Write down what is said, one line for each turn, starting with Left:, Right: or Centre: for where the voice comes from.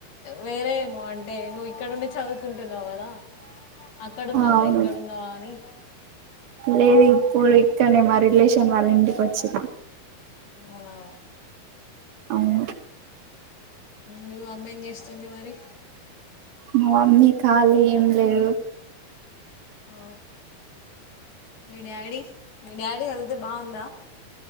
Left: వేరేమో అంటే నువ్వు ఇక్కడండి చదువుకుంటున్నావు కదా అక్కడున్నావా
Right: అవును
Left: ఇక్కడున్నావా అని
Right: లేదు ఇప్పుడు ఇక్కనే మా రిలేషన్ వాళ్ళ ఇంటికి వచ్చిదా
Left: అవునా
Right: అవును
Left: మీ మమ్మీ ఎంచేస్తుంది మరి
Right: మా మమ్మీ ఖళీ ఏం లేదు
Left: ఆ మీ డాడీ మీ డాడీ హెల్త్ బాగుందా